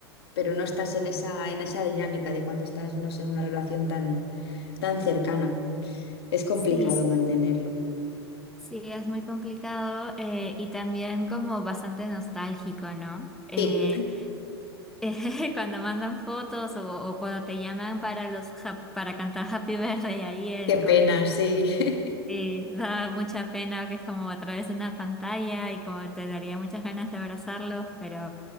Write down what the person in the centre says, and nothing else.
Sí,
sí, es muy complicado eh, y también como bastante nostálgico, ¿no? Eh,
<laughs> Cuando mandan fotos o, o cuando te llaman para los ja- para cantar Happy Birthday ahí en-
con
eh, da mucha pena que es como a través de una pantalla y como te daría muchas ganas de abrazarlos, pero